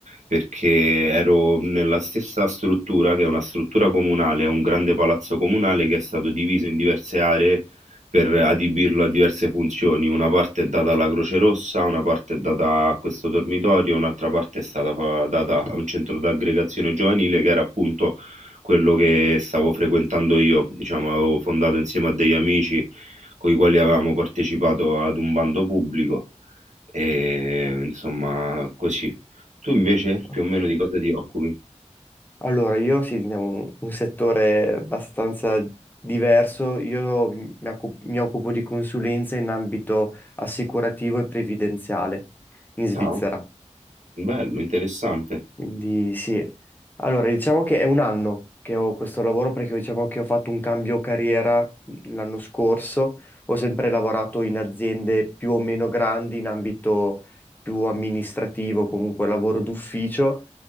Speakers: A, on the right; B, on the left.
A: perché ero nella stessa struttura, che è una struttura comunale, è un grande palazzo comunale che è stato diviso in diverse aree per adibirlo a diverse funzioni. Una parte è data alla Croce Rossa, una parte è data a questo dormitorio, un'altra parte è stata fa- data a un centro d'aggregazione giovanile che era appunto quello che stavo frequentando io, diciamo, avevo fondato insieme a degli amici con i quali avevamo partecipato ad un bando pubblico e insomma così. Tu invece
B: Ok.
A: più o meno di cosa ti occupi?
B: Allora, io sì, in un, un settore abbastanza diverso. Io mi, occu- mi occupo di consulenza in ambito assicurativo e previdenziale in Svizzera.
A: Ah, bello, interessante.
B: Quindi sì, allora diciamo che è un anno che ho questo lavoro perché diciamo che ho fatto un cambio carriera mhmm, l'anno scorso, ho sempre lavorato in aziende più o meno grandi in ambito più amministrativo, comunque lavoro d'ufficio